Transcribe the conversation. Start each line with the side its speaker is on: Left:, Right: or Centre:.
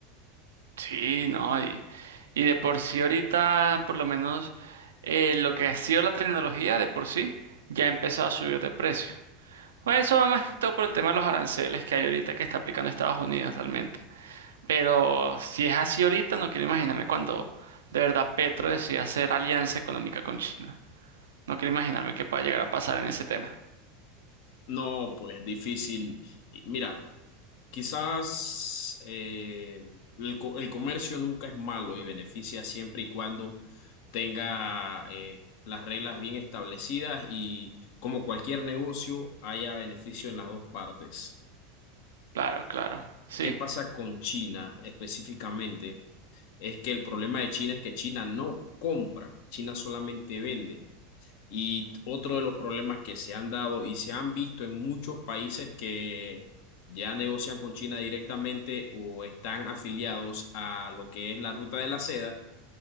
Right: Sí, no, y, y de por sí ahorita, por lo menos eh, lo que ha sido la tecnología de por sí, ya ha empezado a subir de precio. Pues eso va más que todo por el tema de los aranceles que hay ahorita que está aplicando Estados Unidos realmente. Pero si es así ahorita, no quiero imaginarme cuando de verdad Petro decida hacer alianza económica con China. No quiero imaginarme qué pueda llegar a pasar en ese tema.
Left: No, pues difícil. Y Mira. Quizás eh, el, co- el comercio nunca es malo y beneficia siempre y cuando tenga eh, las reglas bien establecidas y como cualquier negocio haya beneficio en las dos partes.
Right: Claro, claro. Sí,
Left: ¿Qué pasa con China específicamente? Es que el problema de China es que China no compra, China solamente vende. Y otro de los problemas que se han dado y se han visto en muchos países que ya negocian con China directamente o están afiliados a lo que es la ruta de la seda